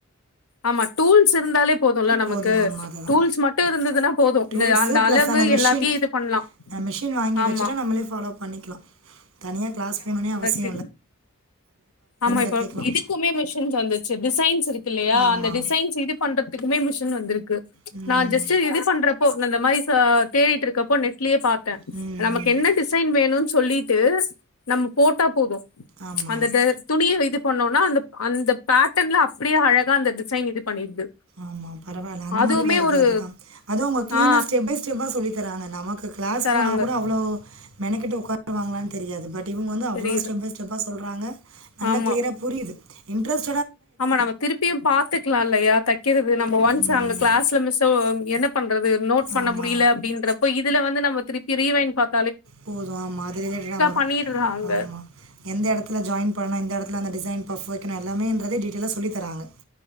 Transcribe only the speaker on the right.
போது
ஆமா அததா
டூல்ஸு
ப்ளஸ்
அந்த மெஷின்
ஆ மெஷின் வாங்கி
வச்சுட்டா நம்மளே ஃபாலோ பண்ணிக்கலா தனியா க்ளாஸ் போணுன்னே அவசிய
கத்துக்கலாம்.
ஆமா.
ம்.
ம்
ம்.
ஆமா.
ஆமா பரவாயில்ல அந்த
மாரி வேற
எதாது தா அதும் அவங்க கிளீனா
ஸ்டெப் பை ஸ்டெப் சொல்லித் தராங்க நமக் க்ளாஸ்
போனா கூட அவ்ளோ மெனக்கட்ட உட்காரவாங்களான்னு தெரியாது பட் இவங்க வந்து அவ்ளோ
ஸ்டெப் பை ஸ்டெப்பா சொல்றாங்க நல்லா
கிளியரா புரியிது இன்ரெஸ்ட்
ம்.
ஆமா.
போது ஆமா அது ரிலெட்டடா வரு
ஆமா எந்த எடத்துல ஜாயின் பண்ணு இந்த இடத்துல அந்த டிசைன் பஃப் வெக்கணு எல்லாமேன்றது டீடைலா சொல்லி தராங்க